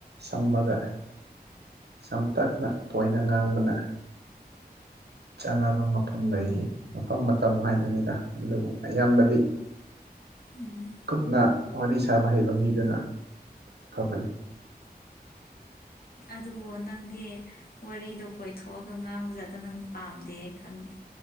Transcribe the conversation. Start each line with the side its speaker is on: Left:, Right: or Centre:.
Right: ꯁꯝꯃꯒ ꯁꯝꯇꯛꯅ ꯄꯣꯏꯟꯗ ꯉꯥꯡꯕꯅ ꯆꯥꯟꯅꯕ ꯃꯐꯝ ꯂꯩ ꯃꯐꯝ ꯃꯠ ꯃꯇꯝ ꯍꯥꯏꯗꯨꯅꯤꯗ ꯑꯗꯨꯕꯨ ꯑꯌꯥꯝꯕꯗꯤ
Left: ꯎꯝ
Right: ꯀꯨꯞꯅ ꯋꯥꯔꯤ ꯁꯥꯕ ꯍꯩꯕ ꯃꯤꯗꯨꯅ ꯐꯕꯅꯤ
Left: ꯑꯗꯨꯕꯨ ꯅꯪꯗꯤ ꯋꯥꯔꯤꯗꯣ ꯀꯣꯏꯊꯣꯛꯑꯒ ꯉꯥꯡꯕ ꯖꯥꯗ ꯅꯪ ꯄꯥꯝꯗꯦ ꯑꯩ ꯈꯪꯉꯦ